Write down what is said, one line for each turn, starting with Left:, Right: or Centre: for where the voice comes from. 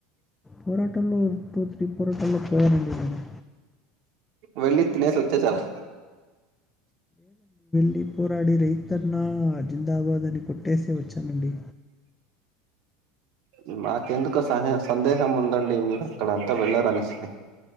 Left: పోరాటంల్లో టూ త్రీ పోరాటాల్లో పోయానండి నేను
Right: వెళ్ళి తినేసి వచ్చేసారా
Left: పడి పోరాడి రైతన్న అజిందాబాద్ అని కొట్టేసే వచ్చానండి
Right: బ మాకెందుకో సహ సందేహం ఉందండి మీరు అక్కడంతా వెళ్ళారనిస్తే